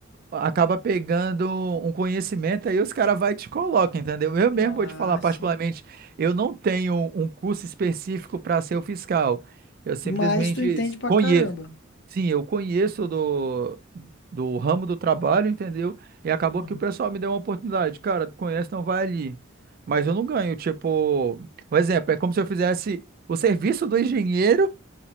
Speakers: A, on the right (about 45°); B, on the left (about 55°).
A: acaba pegando um conhecimento, aí os caras vai e te colocam, entendeu? Eu mesmo
B: Ah,
A: vou te falar, particularmente,
B: sim.
A: eu não tenho um curso específico para ser o fiscal. Eu simplesmente
B: Mas tu entende pra
A: conheço.
B: caramba.
A: Sim, eu conheço do, do ramo do trabalho, entendeu? E acabou
B: Aham.
A: que o pessoal me deu uma oportunidade. Cara, tu conhece, não vai ali. Mas eu não ganho, tipo, por exemplo, é como se eu fizesse o serviço do engenheiro,